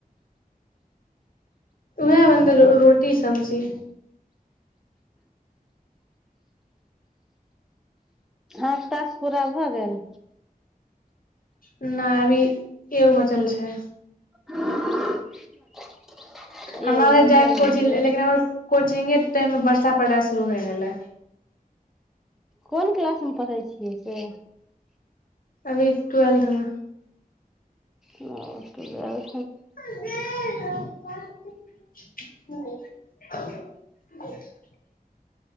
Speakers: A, on the left; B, in the centre.
A: उएह बनत रोटी आ सब्जी।
B: आठ तख पूरा भऽ गेल
A: नहि अभी ए बचल छै
B: <unintelligible>
A: हमरा
B: एगो बचल
A: जाए के
B: अइ
A: छैक,
B: ने
A: लेकिन हमर कोचिंगक टाइममे बरसा पड़ऽ शुरू भऽ गेलै।
B: कोन क्लासमे पढ़ै छियै से?
A: अभी ट्वेलथमे
B: हँ तऽएह
A: <unintelligible> <unintelligible>